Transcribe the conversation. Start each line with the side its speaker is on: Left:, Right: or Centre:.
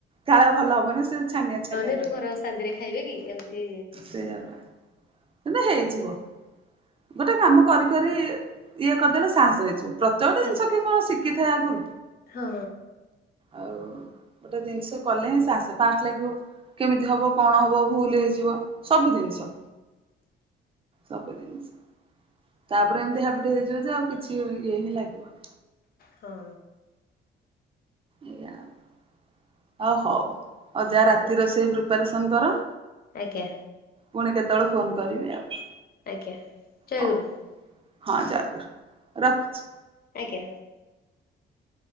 Right: କାଳେ ଭଲ ହବନି ସେ ଛାନିଆ ଛାନିଆ।
Left: ସେଟୁ
Right: ଲାଗେ
Left: ଘରେ ଅଶାନ୍ତି ରେ ଖାଇବେ କି ଏମିତି।
Right: ସେୟା ବା କିନ୍ତୁ ହେଇଯିବ। ଗୋଟେ କାମ କରି କରି ଇଏ କରି ଦେଲେ ସାହସ ହେଇଯିବ ପ୍ରତ୍ୟେକ ଟି
Left: ଆସ
Right: ଜିନିଷ କିଏ କଣ ଶିଖିଥାଏ ଆଗରୁ।
Left: ହଁ।
Right: ଆଉ। ଗୋଟେ ଜିନିଷ କଲେ ହିଁ ସାହସ ଫାଷ୍ଟ ଲାଗିବ କେମିତି ହବ କଣ ହବ ଭୁଲ ହେଇଯିବ। ସବୁ ଜିନିଷ ସବୁ ଜିନଷ‌। ତାପରେ ଏମିତି ହାବିଟି ହେଇଯିବ ଯେ ଆଉ କିଛି ଇଏ ହିଁ ଲାଗିବନି।
Left: ହଁ।
Right: ଏଇଆ ଆଉ ଅ ହଉ ଆଉ ଯା
Left: ହଉ
Right: ରାତି ରୋଷେଇ ପ୍ରିପାରେସନ୍ କର।
Left: ଆଜ୍ଞା।
Right: ପୁଣି କେତେ ବେଳେ ଫୋନ କରିବି ଆଉ।
Left: ଆଜ୍ଞା। ଜୟ
Right: ହଉ
Left: ଗୁରୁ।
Right: ହଁ ଜୟଗୁରୁ ରଖୁଛି।
Left: ଆଜ୍ଞା।